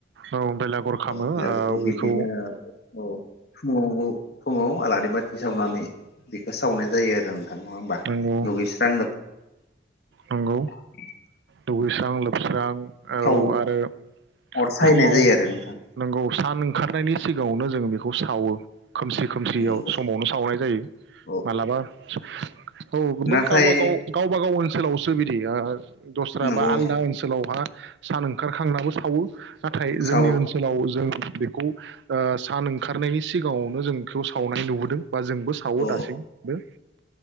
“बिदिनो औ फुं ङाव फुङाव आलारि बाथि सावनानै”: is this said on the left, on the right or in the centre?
Left